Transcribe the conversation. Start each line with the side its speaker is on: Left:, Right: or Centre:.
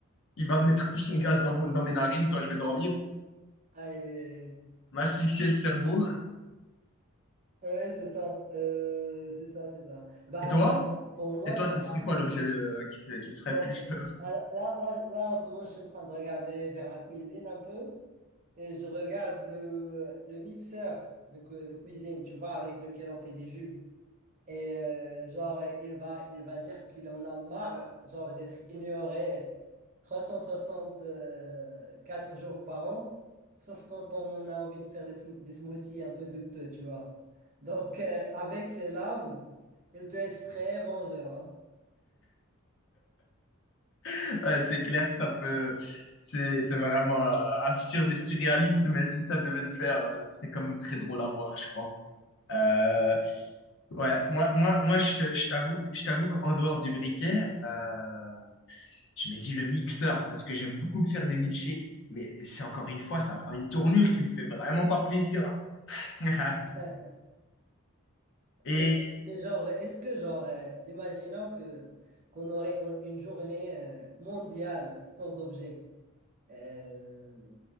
Left: Il va mettre tout son gaz dans, mon- dans mes narines quand je vais dormir,
Right: Aïe, aïe, aïe.
Left: m'asphyxier le cerveau.
Right: Ouais, c'est ça. Euh, c'est ça, c'est ça. Bah,
Left: Et toi?
Right: pour, pour moi,
Left: Et toi,
Right: ça
Left: ce serait
Right: va.
Left: quoi l'objet euh, qui, fait- qui te ferait
Right: Bon,
Left: plus peur?
Right: là, là, là, là, en ce moment, je suis en train de regarder vers la cuisine un peu et je regarde le, le mixeur de, cu- de cuisine, tu vois, avec lequel on fait des jus. Et euh, genre, il va, il va dire qu'il en a marre, genre, d'être ignoré 364 jours par an, sauf quand on a envie de faire des, sm- des smoothies un peu douteux, tu vois. Donc, euh, avec ses lames, il peut être très vengeur. hein.
Left: <laughs> Ouais, c'est clair que ça peut... C'est c'est vraiment euh, absurde et surréaliste, mais si ça devait se faire, euh, ce serait quand même très drôle à voir, je crois. Euh, Ouais, moi, moi, moi je, te- je t'avoue, je t'avoue qu'en dehors du briquet, euh, Je me dis le mixeur, parce que j'aime beaucoup me faire des milkshakes. Mais c'est encore une fois, ça prend une tournure qui me fait vraiment pas plaisir. hein. <laughs>
Right: <laughs>
Left: Et
Right: Mais, mais genre, est-ce que, genre, euh, imaginons que qu'on aurait un- une journée euh, mondiale sans objet. Euh,